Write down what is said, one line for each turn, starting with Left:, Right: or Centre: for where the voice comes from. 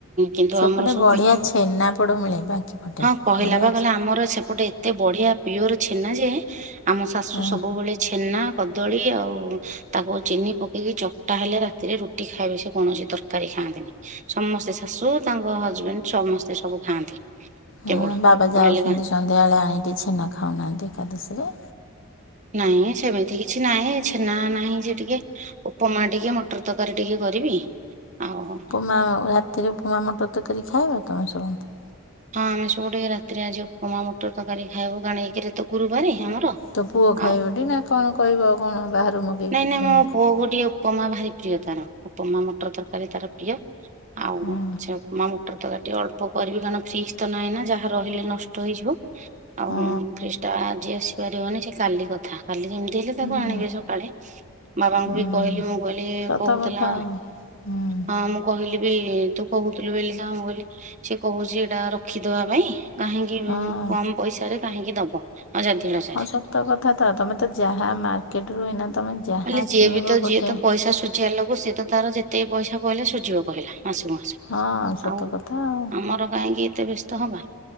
Right: କିନ୍ତୁ
Left: ସେପଟେ
Right: ଆମର ସବୁ
Left: ବଢ଼ିଆ
Right: ପିଠ୍
Left: ଛେନାପୋଡ଼ ମିଳେ ବାଙ୍କି ପଟେ
Right: ହଁ କହିଲା
Left: ବଢ଼ିଆ
Right: ବା
Left: ଅଛି
Right: କହିଲା ଆମର ସେପଟେ ଏତେ ବଢିଆ ପିୱର ଛେନା ଯେ ଆମ ଶାଶୁ
Left: ହଁ
Right: ସବୁବେଳେ ଛେନା କଦଳୀ ଆଉ ତାକୁ ଚିନି ପକେଇକି ଚକଟା ହେଲେ ରାତିରେ ରୁଟି ଖାଇବେ ସେ କଉଣସି ତରକାରୀ ଖାଆନ୍ତିନି ସମସ୍ତେ ଶାଶୁ ତାଙ୍କ ହଜବେଣ୍ଡ ସମସ୍ତେ ସବୁ ଖାଆନ୍ତି।
Left: ହଁ
Right: କେବଳ
Left: ବାବା ଯାଉଛନ୍ତି
Right: ପୁଳେଇଲେ କା
Left: ସନ୍ଧ୍ୟାବେଳେ ଆଣିକି ଛେନା ଖାଉନାହାନ୍ତି ଏକାଦଶୀରେ
Right: ନାଇଁ ସେମିତି କିଛି ନାହିଁ ଛେନା ନାହିଁ ସେ ଟିକେ ଉପମା ଟିକେ ମଟର ତରକାରୀ ଟିକେ କରିବି ଆଉ ହଁ
Left: ଉପମା ରାତିରେ ଉପମା ମଟର ତରକାରି ଖାଇବ ତମେ ସମସ୍ତେ
Right: ହଁ ଆମେ ସବୁ ଟିକେ ରାତିରେ ଆଜି ଉପମା ମଟର ତରକାରୀ ଖାଇବୁ ଏକରେ ତ ଗୁରୁବାର ଆମର
Left: ତୋ ପୁଅ ଖାଇବ
Right: ଆଉ
Left: ଟି ନା କଣ କହିବ କଣ ବାହାରୁ ମଗେଇକି
Right: ନାଇଁ ନାଇଁ
Left: ଖାଇବାକୁ?
Right: ମୋ ପୁଅକୁ ଟିକେ ଉପମା ଭାରି ପ୍ରିୟ ତାର ଉପମା ମଟର ତରକାରୀ ତାର ପ୍ରିୟ ଆଉ
Left: ହୁଁ,
Right: ସେମା ମଟର ତରକାରୀ ଟିକେ ଅଳ୍ପ କରିବି କାରଣ ଫ୍ରିଜ୍ ତ ନାହିଁ ନା ଯାହା ରହିଲେ ନଷ୍ଟ ହେଇଯିବ। ଆଉ
Left: ହଁ
Right: ଫ୍ରିଜ ଟା ଆଜି ଆସିପାରିବନି ସେ କାଲି କଥା। କାଲି ଯେମିତି ହେଲେ ତାକୁ
Left: ହୁଁ
Right: ଆଣିବେ ସକାଳେ ବାବାଙ୍କୁ
Left: ହୁଁ
Right: ବି କହିଲି ମୁଁ କହିଲି
Left: ସତ
Right: କହୁଥିଲା
Left: କଥା ଆଉ ହୁଁ
Right: ହଁ ମୁଁ କହିଲି ବି ତୁ କହୁଥିଲୁ ବୋଲି ତାଙ୍କୁ ମୁଁ କହିଲି ସେ କହୁଛି ଏଇଟା ରଖିଦବା ପାଇଁ କାହିଁକି
Left: ହଁ
Right: କମ୍ ପଇସାରେ କାହିଁକି ଦବ? ଅଯୋଧ୍ୟ ସାରେ
Left: ହଁ ସତ କଥା ତ ତମେ ତ ଯାହା ମାର୍କେଟ ରୁ ଏଇନା ତମେ ଯାହା
Right: କହିଲେ ଯିଏ
Left: କିଣିବ
Right: ବି ତ ଯିଏ
Left: ଗୋଟେ
Right: ତ ପଇସା ସୁଝିବା ଲୋକ ସେତ ତାର ଯେତକି ପଇସା କହିଲେ ସୁଝିବ କହିଲା। ମାସକୁ ମାସ।
Left: ହଁ ସତ
Right: ଆଉ
Left: କଥା ଆଉ
Right: ଆମର କାହିଁକି ଏତେ ବ୍ୟସ୍ତ ହବା